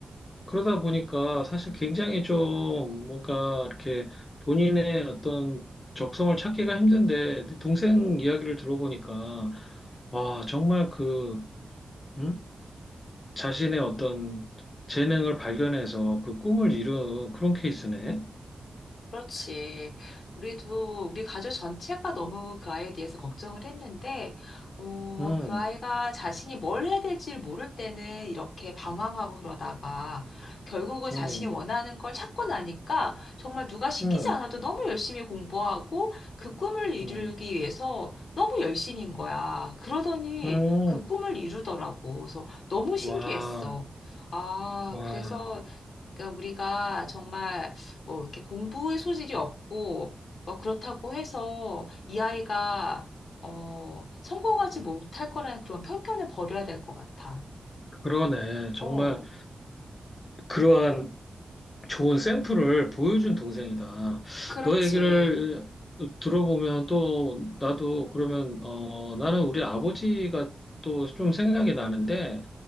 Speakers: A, on the left (about 30°); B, on the left (about 75°).
A: 그러다 보니까 사실 굉장히 좀 뭔가 이렇게 본인의 어떤 적성을 찾기가 힘든데 네 동생 이야기를 들어보니까 와 정말 그 음? 자신의 어떤 재능을 발견해서 그 꿈을 이룬 그런 케이스네.
B: 그렇지. 우리도 우리 가족 전체가 너무 그 아이에 대해서 걱정을 했는데, 어,
A: 음,
B: 그 아이가 자신이 뭘 해야 될지 를 모를 때는 이렇게 방황하고 그러다가 결국은 자신이
A: 음,
B: 원하는 걸 찾고 나니까 정말 누가 시키지
A: 음,
B: 않아도 너무 열심히 공부하고 그 꿈을 이루기
A: 음,
B: 위해서 너무 열심인 거야. 그러더니
A: 음.
B: 그 꿈을 이루더라고. 그래서 너무 신기했어.
A: 와,
B: 아,
A: 와,
B: 그래서 그러니까 우리가 정말 뭐 이렇게 공부의 소질이 없고 뭐 그렇다고 해서 이 아이가 어 성공하지 못할 거라는 그런 편견을 버려야 될 것 같아.
A: 그러네. 정말
B: 어,
A: 그러한 좋은 샘플을 보여준 동생이다.
B: 그렇지.
A: 너 얘기를 들어보면 또 나도 그러면 어 나는 우리 아버지가 또 좀 생각이 나는데